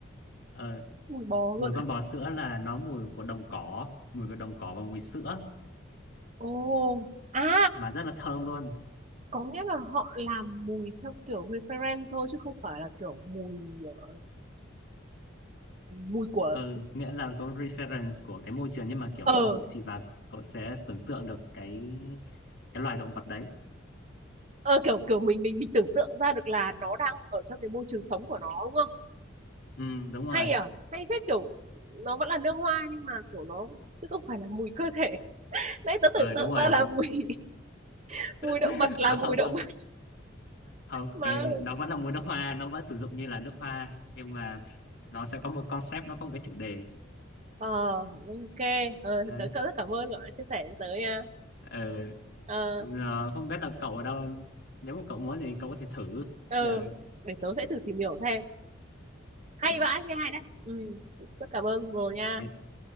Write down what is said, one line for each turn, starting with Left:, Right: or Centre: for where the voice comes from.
Left: Ờ,
Right: mùi bò
Left: mùi
Right: luôn
Left: con
Right: ạ
Left: bò sữa là nó mùi của đồng cỏ mùi của đồng cỏ và mùi sữa
Right: ồ à
Left: mà rất là thơm luôn
Right: có nghĩa là họ làm mùi theo kiểu reference thôi chứ không phải là kiểu mùi ờ, mùi của
Left: ừ nghĩa là có reference của cái môi trường nhưng mà kiểu
Right: ờ
Left: cậu xịt vào cậu sẽ tưởng tượng được cái cái loài động vật đấy
Right: Ờ, kiểu kiểu mình mình mình tưởng tượng ra được là nó đang ở trong cái môi trường sống của nó đúng không?
Left: ừ đúng rồi
Right: Hay Ờ, à, hay phết kiểu nó vẫn là lương hoa nhưng mà kiểu nó chứ không phải là mùi cơ thể. <laughs> Nãy tớ
Left: ừ
Right: tưởng tượng
Left: đúng rồi
Right: ra là mùi <laughs>
Left: <laughs>
Right: mùi động vật là
Left: à
Right: mùi
Left: không
Right: động
Left: không
Right: vật
Left: không
Right: mà.
Left: cái nó vẫn là mùi nước hoa nó vẫn sử dụng như là nước hoa nhưng mà nó sẽ có một concept nó có một cái chủ đề
Right: Ờ, ok. Ờ,
Left: đấy
Right: tớ cảm- rất cảm ơn cậu đã chia sẻ với tớ nha.
Left: ừ
Right: Ờ,
Left: ờ, không biết là cậu ở đâu nếu mà cậu muốn thì cậu có thể thử
Right: ờ,
Left: thì, ờ,
Right: để tớ sẽ thử tìm hiểu xem. Hay vãi, nghe hay đấy. Ừ, rất cảm ơn Ngô nha.
Left: ừ,